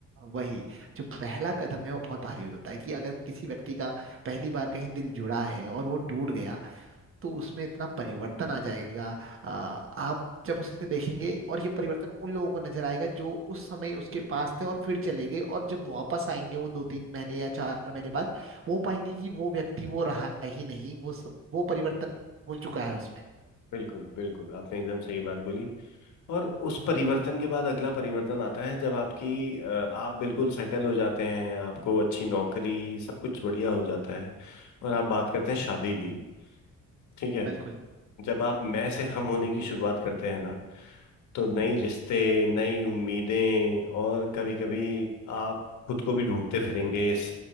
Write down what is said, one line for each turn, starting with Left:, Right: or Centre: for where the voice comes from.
Right: वही जो पहला कदम है वो बहुत भारी होता है कि अगर किसी व्यक्ति का पहली बार कहीं दिल जुड़ा है और वो टूट गया तो उसमें इतना परिवर्तन आ जाएगा आ, आप जब उसे देखेंगे और ये परिवर्तन उन लोगों को नजर आएगा जो उस समय उसके पास थे और फिर चले गए और जब वापस आएंगे वो दो तीन महीने या चार महीने बाद वो पाएंगे कि वो व्यक्ति वो रहा ही नहीं वो सब, वो परिवर्तन हो चुका है उसमें
Left: बिल्कुल बिल्कुल आपने एकदम सही बात बोली और उस परिवर्तन के बाद अगला परिवर्तन आता है जब आपकी अ, आप बिल्कुल सेटल हो जाते हैं आपको अच्छी नौकरी सब कुछ बढ़िया हो जाता है और आप बात करते हैं शादी की ठीक है
Right: बिल्कुल
Left: जब आप मैं से हम होने की शुरुआत करते हैं ना तो नई रिश्ते नई उम्मीदें और कभी कभी आप खुद को भी ढूंढते फिरेंगे इस